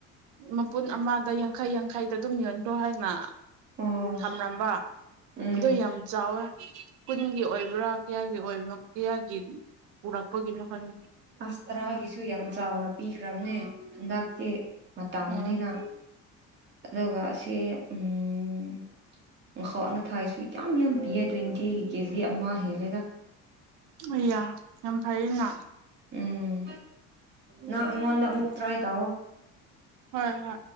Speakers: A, on the right (about 75°); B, on the right (about 35°).
A: ꯃꯄꯨꯟ ꯑꯃꯗ ꯌꯥꯡꯈꯩ ꯌꯥꯡꯈꯩꯗ ꯑꯗꯨꯝ ꯌꯣꯟꯈ꯭ꯔꯣ ꯍꯥꯏꯅ
B: ꯑꯣ
A: ꯊꯝꯔꯝꯕ
B: ꯎꯝ
A: ꯑꯗꯨ ꯌꯥꯝ ꯆꯥꯎꯋꯦ ꯀꯨꯟꯒꯤ ꯑꯣꯏꯕ꯭ꯔꯥ ꯀꯌꯥꯒꯤ ꯑꯣꯏꯕꯅꯣ ꯀꯌꯥꯒꯤ ꯄꯨꯔꯛꯄꯒꯤꯅꯣ ꯈꯪ
B: ꯑꯁ ꯇꯔꯥꯒꯤꯁꯨ ꯌꯥꯝ ꯆꯥꯎꯅ ꯄꯤꯈ꯭ꯔꯕꯅꯦ ꯍꯟꯗꯛꯇꯤ ꯃꯇꯝꯅꯤꯅ
A: ꯎꯝ
B: ꯑꯗꯨꯒ ꯑꯁꯤ ꯎꯝ ꯎꯝꯠꯅ ꯊꯥ ꯁꯛ ꯌꯥꯝ ꯌꯥꯝ ꯄꯤꯌꯦ ꯇ꯭ꯋꯦꯟꯇꯤ ꯑꯩꯒꯤ ꯀꯦꯖꯤ ꯑꯃ ꯍꯦꯜꯂꯦꯒ
A: ꯑꯌꯥ ꯌꯥꯝ ꯐꯥꯏꯅ
B: ꯎꯝ ꯅ ꯏꯉꯣꯟꯗ ꯄ꯭ꯔ ꯍꯥꯏꯥꯏ ꯇꯑꯣꯣ
A: ꯍꯣꯏ ꯍꯣꯏ